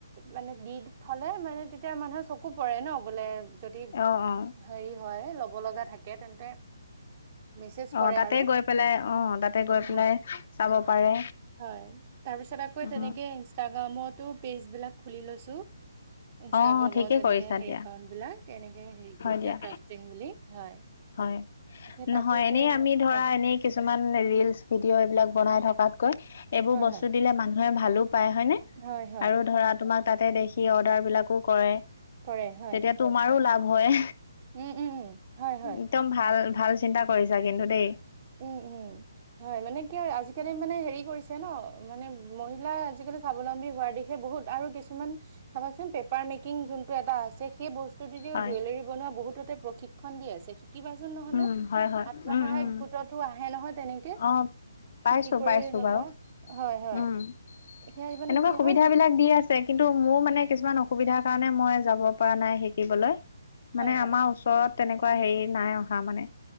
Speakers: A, on the right; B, on the left.
A: মানে দি থলে মানে তেতিয়া মানুহে চকু পৰে ন বোলে যদি
B: অ অ
A: হেৰি হয় ল'ব লগা থাকে তেন্তে মেছেজ
B: অ
A: কৰে
B: তাতে
A: আৰু
B: গৈ পেলাই অ তাতে গৈ পেলাই
A: হয়
B: চাব পাৰে
A: হয় তাৰপিছত আকৌ
B: উম
A: তেনেকে ইনষ্টাগ্ৰামতো পেজ বিলাক খুলি লৈছো ইনষ্টাগ্ৰামত
B: অ ঠিকেই
A: এনেকে
B: কৰিছা
A: স
B: দিয়া
A: একাউন্ট বিলাক এনেকে হেৰি
B: হয়
A: কৰি পেলাই
B: দিয়া
A: ক্ৰাফটিং বুলি হয়
B: হয়
A: সেই তাতো
B: নহয়
A: সেই
B: এনেই আমি ধৰা
A: হয়
B: এনে কিছুমান ৰিলচ ভিডিঅ' এইবিলাক বনাই থকাতকৈ এইবোৰ
A: হয়
B: বস্তু
A: হয়
B: দিলে মানুহে ভালো পায় হয়নে
A: হয় হয়
B: আৰু ধৰা তোমাক তাতে দেখি অৰ্ডাৰ বিলাকো কৰে
A: কৰে হয়
B: তেতিয়া তোমাৰো লাভ হয়
A: উম উম উম হয় হয়
B: একদম ভাল ভাল চিন্তা কৰিছা কিন্তু দেই
A: উম উম হয় মানে কি হয় আজিকালি মানে হেৰি কৰিছে ন মানে মহিলা আজিকালি স্বাৱলম্বী হোৱাৰ দিশে বহুত আৰু কিছুমান চাবচোনে পেপাৰ মেকিং যোনটো এটা আছে সেই বস্তুটোদি
B: হয়
A: জুৱেলৰী বনোৱা বহুততে প্ৰশিক্ষণ দি আছে শিকিবাচোন নহলে
B: উম হয় হয়
A: আত্মসহায়ক
B: উম উম
A: গোটতো আহে নহয় তেনেকে
B: অ পাইছো
A: শিকি কৰি
B: পাইছো
A: ল'বা
B: বাৰু
A: হয় হয়
B: উম।
A: সেয়া মানে
B: এনেকুৱা
A: কি
B: সুবিধা
A: হয় শি
B: বিলাক দি আছে কিন্তু মোৰ মানে কিছুমান অস অসুবিধাৰ কাৰণে মই যাব পৰা নাই শিকিবলৈ
A: হয়
B: মানে
A: হয়
B: আমাৰ ওচৰত তেনেকুৱা হেৰি নাই অ আহা মানে